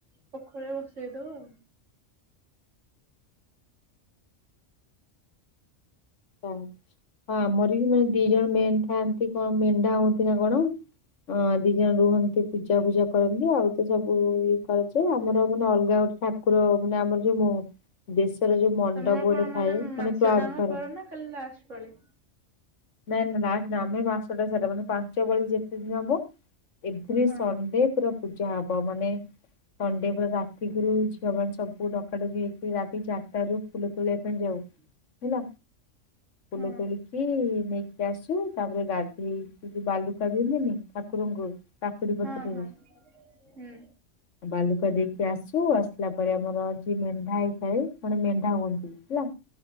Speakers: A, on the right; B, on the left.
A: ପୋଖରୀରେ ବସେଇ ଦଉ ଆଉ।
B: ହଁ ହଁ ଆମରବି ମାନେ ଦି ଜଣ ମେନ୍ ଥାନ୍ତି କଣ ମେଣ୍ଢା ହୁଅନ୍ତିନା କଣ? ଅଁ ଦି ଜଣ ରୁହନ୍ତି ପୂଜା ଫୂଜା କରନ୍ତି ଆଉତ ସବୁ ଇଏ କରାଯାଏ ଆମର ମାନେ ଅଲଗା ଗୋଟେ ଠା ଠାକୁର ମାନେ ଆମର ଯୋଉ ଦେଶର ଯୋଉ ମଣ୍ଡପ
A: ତମର
B: ଗୋଟେ
A: କଣ
B: ଥାଏ ମାନେ
A: ମାସଟାଙ୍କ
B: କ୍ଲବ୍ ଘର
A: କର ନା ଖାଲି ଲାଷ୍ଟେ ପାଳି।
B: ନାଇଁ ନା ଲାଷ୍ଟେନା ଆମେ ମାସଟା ସାରା ମାନେ ପାଞ୍ଚଟ ପାଳି ଯେତେ ଦିନ ହବ ଏପ୍ରିଲ୍
A: ହଁ
B: ସଣ୍ଡେ ପୁରା ପୂଜା ହବ ମାନେ ସଣ୍ଡେ ପୁରା ରା ରାତିକିରୁ ଝିଅ ମାନ ସବୁ ଡକା ଡକି ହେଇକି ରାତି ଚାରିଟାରୁ ଫୁଲ ତୋଳିବା ପାଇଁ ଯାଉ
A: <inaudible>
B: ହେଲା ଫୁଲତୋଳିକି
A: ହଁ
B: ନେଇକି ଆସୁ ତାପରେ ଗାଧେଇ ଯୋଉ ବାଲୁକା ଦିଅନ୍ତିନି ଠାକୁରଙ୍କୁ କାକୁଡ଼ି
A: ହଁ
B: ପତ୍ରରେ
A: ହଁ ହୁଁ
B: ବାଲୁକା ଦେଇକି ଆସୁ ଆସିଲା ପରେ ଆମର ଯିଏ ମେଣ୍ଢା ହେଇ ଥାଏ ପୁଣି ମେଣ୍ଢା ହୁଅନ୍ତି ହେଲା